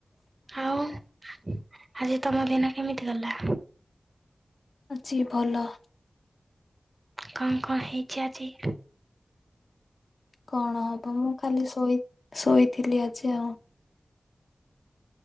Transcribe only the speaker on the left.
ଅଛି ଭଲ।
କଣ ହବ ମୁଁ ଖାଲି ଶୋଇ ଶୋଇଥିଲି ଆଜି ଆଉ।